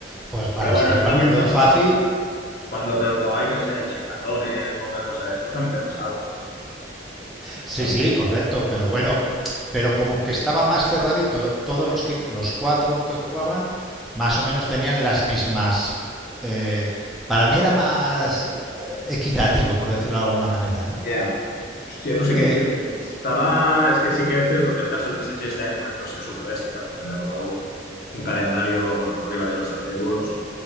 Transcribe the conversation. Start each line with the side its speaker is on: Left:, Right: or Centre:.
Centre: pues para
Left: Pero bueno,
Centre: ser el
Left: eso
Centre: partido
Left: también pasa
Centre: fácil,
Left: cuando te tocaba, yo qué sé, el Shakhtar Donetsk o una cosa de esto también te pasaba, o sea,
Centre: sí,
Left: tampoco
Centre: sí,
Left: está...
Centre: correcto, pero bueno, pero como que estaba más cerradito, todos los, que, los cuatro que jugaban más o menos tenían las mismas... Eh, para mí era más eh, equitativo, por decirlo de alguna manera, ¿no?
Left: Ya, Hostia, no sé
Centre: Eh,
Left: qué decirte. Estaba. Es que sí que es cierto que el caso del PSG este año, por ejemplo, ha sido súper bestia, porque le ha tocado un, un calendario, bueno, unos rivales bastante duros.